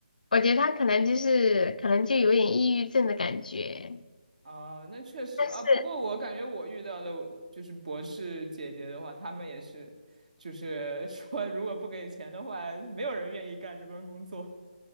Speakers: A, on the left; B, on the right.
A: 我觉得他可能就是可能就有点抑郁症的感觉，
B: 啊，那确实啊。
A: 但是
B: 不过我感觉我遇到的就是博士姐姐的话，她们也是，就是 <laughs> 说如果不给钱的话，没有人愿意干这份工作。